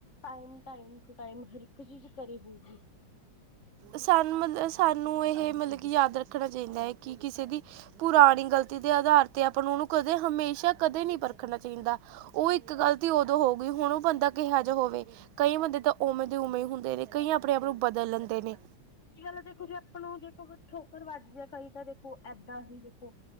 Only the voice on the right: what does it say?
ਸਾਨੂੰ ਮਤਲਬ ਸਾਨੂੰ ਏਹੇ ਮਤਲਬ ਕਿ ਯਾਦ ਰੱਖਣਾ ਚਾਹੀਦਾ ਹੈ ਕਿ ਕਿਸੇ ਦੀ ਪੁਰਾਣੀ ਗ਼ਲਤੀ ਦੇ ਆਧਾਰ ਤੇ ਆਪਾਂ ਨੂੰ ਓਨੂੰ ਕਦੇ ਹਮੇਸ਼ਾ ਕਦੇ ਨਹੀਂ ਪਰਖਣਾ ਚਾਹੀਦਾ ਓ ਇੱਕ ਗੱਲਤੀ ਉਦੋਂ ਹੋ ਗਈ ਹੁਣ ਓ ਬੰਦਾ ਕਿਹਾ ਜਾ ਹੋਵੇ ਕਈ ਬੰਦੇ ਤਾਂ ਉਵੇਂ ਦੇ ਉਵੇਂ ਹੁੰਦੇ ਨੇ ਕਈ ਆਪਣੇ ਆਪ ਨੂੰ ਬਦਲ ਲੈਂਦੇ ਨੇ।